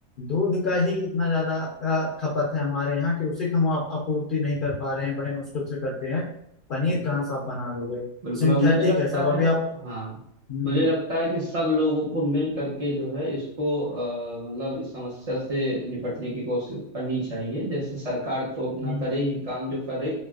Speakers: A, on the left; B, on the right.
A: दूध का ही इतना ज्यादा अ, खपत है हमारे यहाँ कि उसी का हम आप- आपूर्ति नहीं कर पा रहे हैं बड़े मुश्किल से करते हैं पनीर
B: बिल्कुल
A: कहाँ से आप बना लोगे
B: बिल्कुल
A: सिंथेटिक
B: और मुझे लगता
A: है सब
B: है
A: अभी आप
B: हाँ
A: हम्म
B: मुझे लगता है कि सब लोगों को मिल करके जो है इसको अ, मतलब इस समस्या से निपटने की कोशिश करनी चाहिए जैसे सरकार तो अपना
A: हम्म
B: करे ही काम जो करे